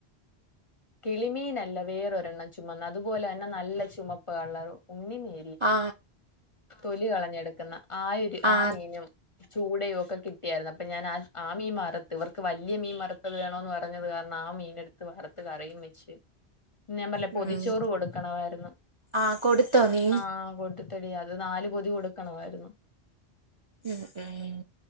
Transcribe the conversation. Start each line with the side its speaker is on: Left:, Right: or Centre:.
Left: കിളിമീനല്ല വേറൊരെണ്ണം ചുമന്ന അതുപോലെ തന്നെ നല്ല ചുമപ്പ് കള്ളർ ഉണ്ണിമീൻ
Right: ആ
Left: തൊലി കളഞ്ഞെടുക്കുന്ന ആയൊരു ഒരു
Right: ആഹ്
Left: ആ മീനും ചൂടയും ഒക്കെ കിട്ടിയായിരുന്നു അപ്പൊ ഞാൻ ആ ആ മീൻ വറത്ത് ഇവർക്ക് വലിയ മീൻ വറുത്തത് വേണോന്ന് പറഞ്ഞത് കാരണം ആ മീൻ എടുത്ത് വറുത്ത് കറിയും വെച്ച് ഞാൻ പറല്ലേ
Right: ഉം
Left: പൊതിച്ചോറ് കൊടുക്കണായിരുന്നു
Right: ആഹ് കൊടുത്തോ നീ
Left: ആഹ കൊടുത്തെട്ടില്ല അത് നാല് പൊതി കൊടുക്കണമായിരുന്നു
Right: ഉം ഉം